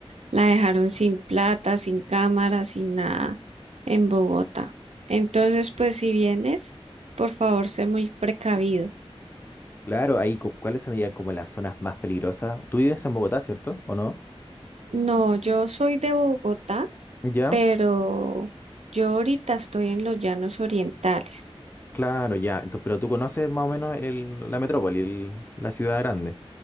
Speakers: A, on the right; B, on the left.
A: la dejaron sin plata, sin cámara, sin nada en Bogotá. Entonces, pues si vienes, por favor, sé muy precavido.
B: Claro, ahí, cu- ¿cuáles serían como las zonas más peligrosas? Tú vives en Bogotá, ¿cierto? ¿O no?
A: No, yo soy de Bogotá,
B: Ya,
A: pero yo ahorita estoy en los Llanos Orientales.
B: claro, ya. Entonces, pero tú conoces más o menos el, la metrópoli, el- la ciudad grande.